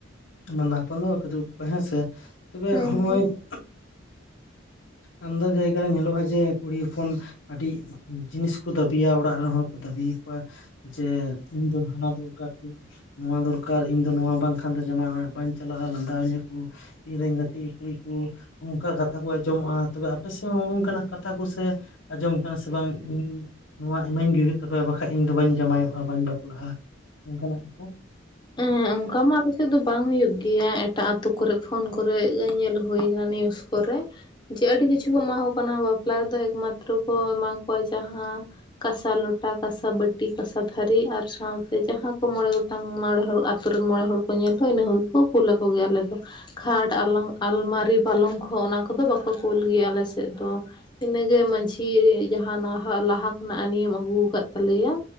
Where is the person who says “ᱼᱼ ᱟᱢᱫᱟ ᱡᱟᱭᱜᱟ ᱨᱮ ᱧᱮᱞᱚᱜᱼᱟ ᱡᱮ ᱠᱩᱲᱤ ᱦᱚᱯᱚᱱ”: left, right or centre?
Left